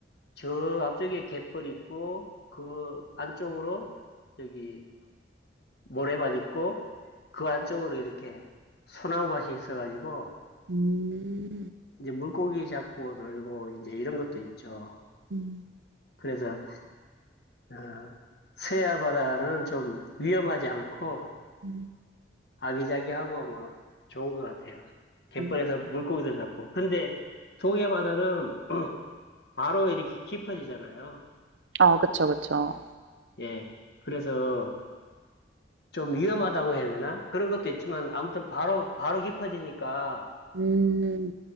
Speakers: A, on the left (about 60°); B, on the right (about 85°).
A: 저 앞쪽에 갯벌 있고 그 안쪽으로 저기 모래밭 있고 그 안쪽으로 이렇게 소나무밭이 있어가지고
B: 음.
A: 이제 물고기 잡고 놀고 이제 이런 것도 있죠.
B: 음.
A: 그래서 어, 서해안 바다는 좀 위험하지 않고
B: 음.
A: 아기자기하고 뭐 좋은 것 같아요. 갯벌에서
B: 음.
A: 물고기도 잡고. 근데 동해 바다는 <clears throat> 바로 이렇게 깊어지잖아요.
B: 아 그쵸, 그쵸.
A: 예. 그래서 좀 위험하다고 해야 되나? 그런 것도 있지만 아무튼 바로 바로 깊어지니까
B: 음.